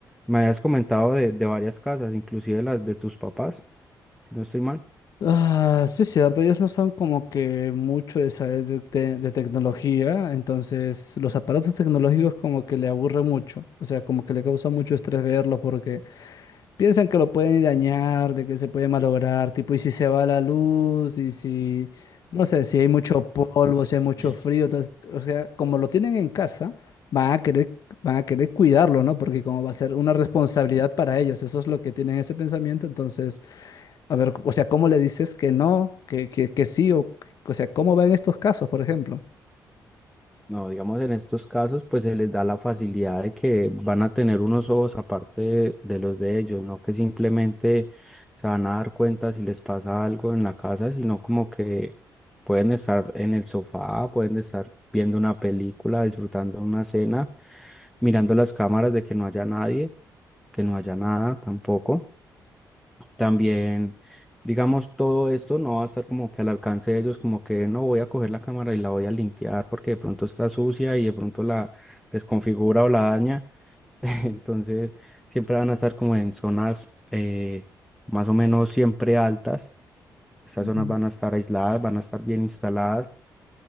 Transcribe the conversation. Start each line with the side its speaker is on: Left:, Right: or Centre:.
Centre: Me habías comentado de, de varias casas, inclusive las de tus papás, si no estoy mal.
Left: Ah, sí, es cierto, ellos no son como que mucho de saber de, te- de tecnología, entonces los aparatos tecnológicos como que le aburren mucho, o sea, como que le causa mucho estrés verlos porque piensan que lo pueden dañar, de que se puede malograr, tipo, y si se va la luz, y si, no sé, si hay mucho polvo, si hay mucho
Centre: <laughs>
Left: frío, tas- o sea, como lo tienen en casa, van a querer, van a querer cuidarlo, ¿no? Porque como va a ser una responsabilidad para ellos, eso es lo que tienen ese pensamiento, entonces... A ver, o sea, ¿cómo le dices que no, que, que, que sí? O, o sea, ¿cómo va en estos casos, por ejemplo?
Centre: No, digamos, en estos casos, pues se les da la facilidad de que van a tener unos ojos aparte de, de los de ellos, no que simplemente se van a dar cuenta si les pasa algo en la casa, sino como que pueden estar en el sofá, pueden estar viendo una película, disfrutando una cena, mirando las cámaras de que no haya nadie, que no haya nada tampoco. También, digamos, todo esto no va a estar como que al alcance de ellos, como que no voy a coger la cámara y la voy a limpiar porque de pronto está sucia y de pronto la desconfigura o la daña. <laughs> Entonces, siempre van a estar como en zonas eh, más o menos siempre altas. Esas
Left: Ujú.
Centre: zonas van a estar aisladas, van a estar bien instaladas.